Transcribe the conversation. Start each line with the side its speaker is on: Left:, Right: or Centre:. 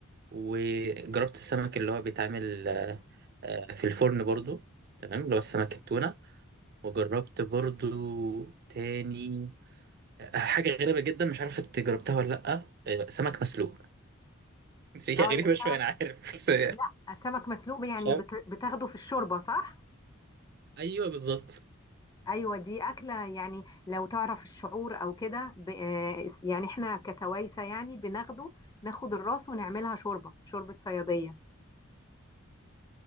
Right: وجربت السمك اللي هو بيتعمل آه، آه، في الفرن برضو تمام اللي هو السمك التونة وجربت برضو تاني حاجة غريبة جدا مش عارف انت جربتها ولا لأ آه، سمك مسلوق <laughs> هي
Left: آه،
Right: غريبة
Left: السمك
Right: شوية أنا عارف بس <laughs>
Left: لا السمك مسلوق يعني
Right: مش عارف
Left: بت... بتاخده في الشوربة صح
Right: أيوه بالظبط
Left: ايوه دي اكلة يعني لو تعرف الشعور او كده ب... آه يعني احنا كسوايسة يعني بناخده ناخد الراس ونعملها شوربة شوربة صيادية